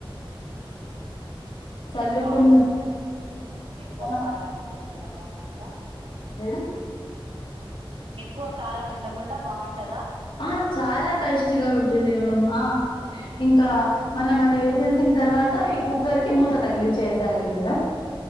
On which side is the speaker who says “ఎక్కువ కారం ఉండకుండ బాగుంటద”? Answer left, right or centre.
Right